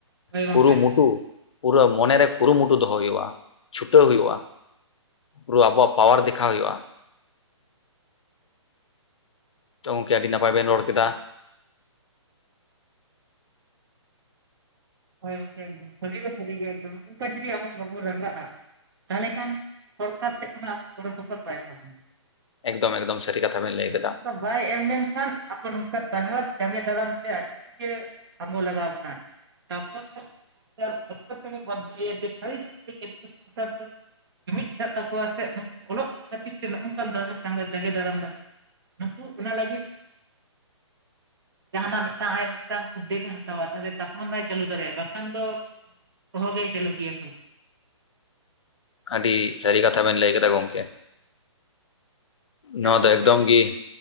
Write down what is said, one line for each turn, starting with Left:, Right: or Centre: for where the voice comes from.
Right: ᱦᱳᱭ ᱜᱚᱝᱠᱮ
Left: ᱠᱩᱨᱩᱢᱩᱴᱩ
Right: ᱮᱠᱫᱚᱢ
Left: ᱯᱩᱨᱟᱹ ᱢᱚᱱᱮᱨᱮ ᱠᱩᱨᱩᱢᱩᱴᱩ ᱫᱚᱦᱚᱭ ᱦᱩᱭᱩᱜᱼᱟ, ᱪᱷᱩᱴᱟᱹᱣ ᱦᱩᱭᱩᱜᱼᱟ᱾ ᱯᱩᱨᱟᱹ ᱟᱵᱚᱣᱟᱜ ᱯᱟᱣᱟᱨ ᱫᱮᱠᱷᱟᱣ ᱦᱳᱭᱳᱜᱼᱟ᱾ ᱛᱚ ᱜᱚᱝᱠᱮ ᱟᱹᱰᱤ ᱱᱟᱯᱟᱭ ᱵᱮᱱ ᱨᱚᱲ ᱠᱮᱫᱟ᱾
Right: ᱦᱳᱭ ᱜᱚᱢᱠᱮ ᱥᱟᱹᱨᱤ ᱫᱚ ᱥᱟᱹᱨᱤ ᱜᱮ <unintelligible> ᱱᱚᱝᱠᱟ ᱡᱩᱫᱤ ᱟᱵᱚ ᱵᱟᱵᱚᱱ ᱨᱟᱸᱜᱟᱜᱼᱟ, ᱛᱟᱦᱚᱞᱮ ᱠᱷᱟᱱ ᱥᱚᱨᱠᱟᱨ ᱴᱷᱮᱱ ᱠᱷᱚᱱᱟᱜ ᱟᱵᱚ ᱜᱚᱲᱚ ᱥᱚᱯᱚᱦᱚᱫ ᱵᱟᱭ ᱮᱢᱟ ᱵᱚᱱᱟ᱾
Left: ᱮᱠᱫᱚᱢ ᱮᱠᱫᱚᱢ ᱥᱟᱹᱨᱤ ᱠᱟᱛᱷᱟ ᱵᱮᱱ ᱞᱟᱹᱭ ᱠᱟᱫᱟ᱾
Right: ᱱᱚᱝᱠᱟ ᱵᱟᱭ ᱮᱢ ᱞᱮᱱᱠᱷᱟᱱ ᱟᱵᱚ ᱱᱚᱝᱠᱟ ᱰᱟᱦᱟᱨ ᱡᱟᱸᱜᱮ ᱫᱟᱨᱟᱢ ᱛᱮ ᱟᱹᱰᱤᱜᱮ ᱟᱵᱚ ᱞᱟᱜᱟᱣ ᱵᱚᱱᱟ᱾ <unintelligible> ᱡᱩᱢᱤᱫ ᱢᱮᱱᱟᱜ ᱛᱟᱠᱚᱣᱟ ᱥᱮ ᱱᱩᱠᱩ ᱚᱞᱚᱜ ᱠᱷᱟᱹᱛᱤᱨ ᱛᱮ ᱱᱚᱜᱼ ᱚᱱᱠᱟᱱ ᱰᱟᱦᱟᱨ ᱡᱟᱸᱜᱮ ᱫᱟᱨᱟᱢ ᱫᱟᱠᱚ᱾ ᱱᱩᱠᱩ ᱚᱱᱟ ᱞᱟᱹᱜᱤᱫ ᱡᱟᱦᱟᱱᱟᱜ ᱢᱤᱫᱴᱟᱝ ᱟᱡ ᱢᱤᱫᱴᱟᱝ ᱩᱫᱽᱫᱮᱜ ᱮ ᱦᱟᱛᱟᱣᱟ ᱛᱟᱦᱚᱞᱮ ᱛᱚᱠᱷᱚᱱ ᱪᱟᱞᱩ ᱫᱟᱲᱮ ᱵᱟᱝ ᱠᱷᱟᱱ ᱫᱚ ᱥᱚᱦᱚᱜᱮ ᱪᱟᱞᱩᱠᱮᱭᱟ᱾
Left: ᱟᱹᱰᱤ ᱥᱟᱹᱨᱤ ᱠᱟᱛᱷᱟ ᱵᱮᱱ ᱞᱟᱹᱭ ᱠᱮᱫᱟ ᱜᱚᱝᱠᱮ᱾ ᱱᱚᱣᱟ
Right: ᱦᱮᱸ ᱜᱚᱢᱠᱮ
Left: ᱫᱚ ᱮᱠᱫᱚᱢ ᱜᱮ